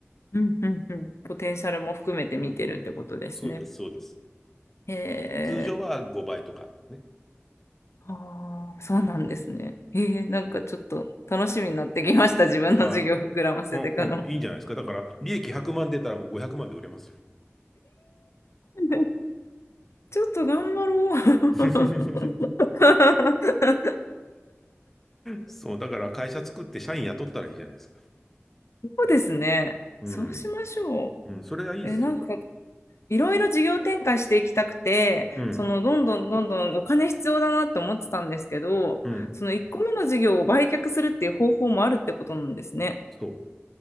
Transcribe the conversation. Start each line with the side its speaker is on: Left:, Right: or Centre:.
Left: うんうんうんポテンシャルも含めて見てるってことですね。
Centre: うんうんうん。そうです、そうです。
Left: へえ。
Centre: 通常は5倍とかね。
Left: ああ、そうなんですね。ええ、なんかちょっと楽しみになってきました。自分の授業膨らませていくの。
Centre: はい。うんうん。いいんじゃないですか。だから、利益100万出たらもう500万で売れますよ。
Left: <laughs> ちょっと頑張ろう。
Centre: <laughs>
Left: <laughs>
Centre: そう、だから会社作って社員雇ったらいいじゃないですか。
Left: そうですね。
Centre: うん。
Left: そうしましょ
Centre: うん、それがいいですよ。
Left: う。え、なんかいろいろ事業展開していきたくて、
Centre: うん。
Left: そのどんどんどんどんお金必要だなって思ってたんですけど、
Centre: うん。
Left: その1個目の事業を売却するっていう方法もあるってことなんですね。
Centre: そ